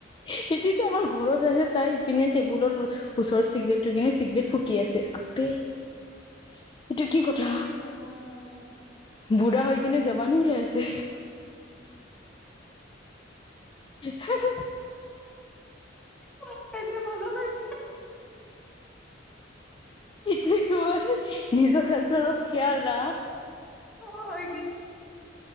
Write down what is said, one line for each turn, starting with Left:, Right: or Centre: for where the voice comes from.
Left: সেইটোতো আমাৰ ঘৰত আছে তাই পিনে টেবুলৰ ওচৰত চিগৰেট থৈ কিনে চিগৰেট ফুকি আছে আপে <inaudible> কথা
Centre: এ ৰাম
Left: বুঢ়া হৈ কিনে যাব নি ওলাই আছে হ
Centre: কছছে মজা লাগছে
Left: টি তো ম নিজৰ হেল্থ ন খয়াল ন
Centre: হয়